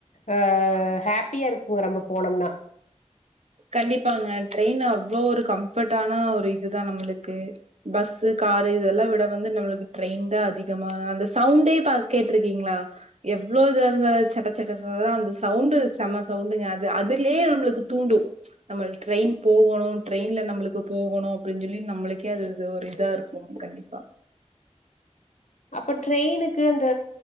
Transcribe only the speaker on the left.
அ ஹாப்பியா இருக்குங்க ரொம்ப போனோம்னா
அப்ப ட்ரெயினுக்கு அந்த